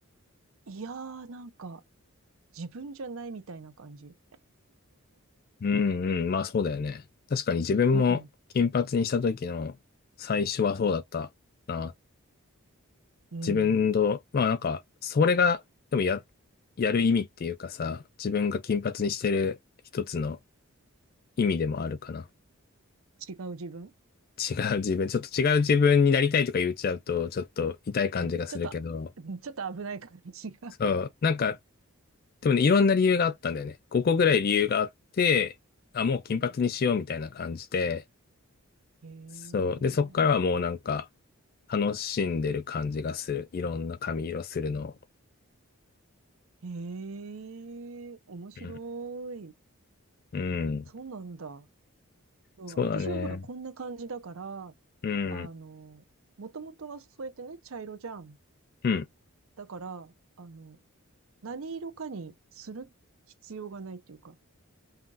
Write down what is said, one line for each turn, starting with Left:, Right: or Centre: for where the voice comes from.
Right: いやー、なんか、自分じゃないみたいな感じ。
Left: うんうん。まあそうだよね。確かに自分も金髪にした時の最初はそうだったな。
Right: うん。うん。
Left: 自分の、まあなんか、それが、でもや、やる意味っていうかさ、自分が金髪にしてる一つの意味でもあるかな。
Right: 違う自分
Left: 違う自分、ちょっと違う自分になりたいとか言っちゃうと、ちょっと痛い感じがするけど、
Right: <laughs> ちょっと、<laughs> うんちょっと危ない感じが。
Left: そう、なんか、でもね、いろんな理由があったんだよね。ここぐらい理由があって、あ、もう金髪にしようみたいな感じで、
Right: <laughs> うん。へえ。
Left: そう。で、そっからはもうなんか、楽しんでる感じがする。いろんな髪色するのを。
Right: へえ、面白い。
Left: うん。うん。
Right: そうなんだ。うん、
Left: そうだね。
Right: 私はほら、こんな感じだから、
Left: うん。
Right: あの、もともとがそうやってね、茶色じゃん。
Left: うん。
Right: だから、あの、何色かにする必要がないっていうか、